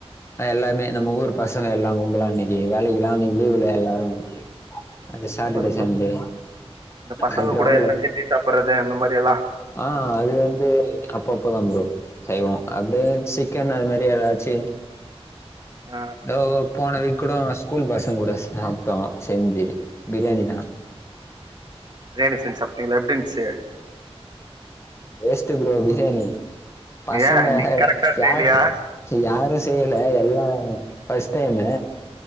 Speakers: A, on the left; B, on the right.
A: ஆ எல்லாமே நம்ம ஊர் பசங்க எல்லா கும்பலா அன்னக்கி வேலைக்கெல்லா அன்னக்கி லீவுல்ல எல்லாரு அடுத்து சட்டர்டே
B: சூப்பர் ப்ரோ
A: சன்டேல
B: இந்த பசங்க
A: போய் கிரௌண்ட்ல
B: கூட எதுனா செஞ்சு சாப்புட்றது அந்த மாரி எல்லா
A: ஆ அது வந்து அப்ப அப்பதா ப்ரோ செய்வோ அப்டியே சிக்கன் அது மாரி ஏதாச்சு
B: ஆ
A: இதோ போன வீக் கூட ஸ்கூல் பசங்க கூட சாப்ட்டோ செஞ்சி பிரியாணிதா
B: பிரியாணி செஞ்சி சாப்ட்டீங்களா எப்டி இருந்துச்சி
A: வேஸ்ட் ப்ரோ பிரியாணி பசங்க
B: ஏ நீங்க கரெக்டா செய்யலையா
A: யார் யாரு செய்யல எல்லா ஃபர்ஸ்ட் டைமு